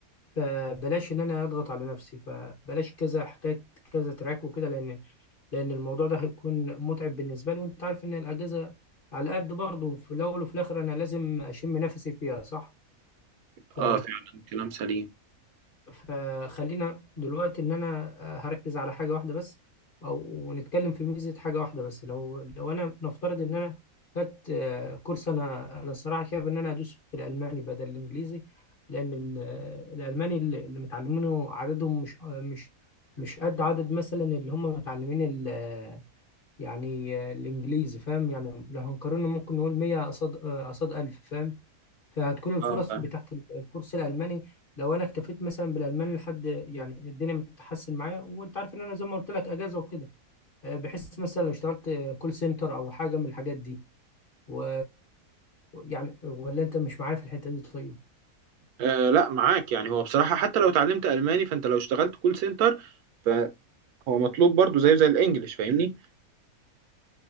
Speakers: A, on the left (about 40°); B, on the right (about 85°).
A: فبلاش ان انا اضغط على نفسي فبلاش كذا حكايه كذا تراك وكده لان لان الموضوع ده هيكون متعب بالنسبه لي وانت عارف ان الاجازه على قد برضه في الاول وفي الاخر انا لازم اشم نفسي فيها صح ف
B: اه فعلا كلام سليم
A: فخلينا دلوقتي ان انا آه، هركز على حاجه واحده بس او نتكلم في ميزه حاجه واحده بس لو لو انا نفترض ان انا خدت آه، كورس انا انا الصراحه شايف ان انا ادوس في الالماني بدل الانجليزي لان ال- الالماني اللي اللي متعلمينه عددهم مش آه، مش مش قد عدد مثلا اللي هم متعلمين ال- آه، يعني آه، الانجليزي فاهم يعني لو هنقارنه ممكن نقول 100 قصاد آه، قصاد 1000 فاهم فهتكون الفرص
B: اه فاهم
A: بتاعت ال- الكورس الالماني لو انا اكتفيت مثلا بالالماني لحد يعني الدنيا بتتحسن معايا وانت عارف ان انا زي ما قلت لك اجازه وكده آه، بحس مثلا لو اشتغلت كول سنتر او حاجه من الحاجات دي و يعني ولا انت مش معايا في الحته دي طيب
B: آه لا معاك يعني هو بصراحة حتى لو اتعلمت ألماني فانت لو اشتغلت كول سنتر فهو مطلوب برضو زيه زي الانجليش فاهمني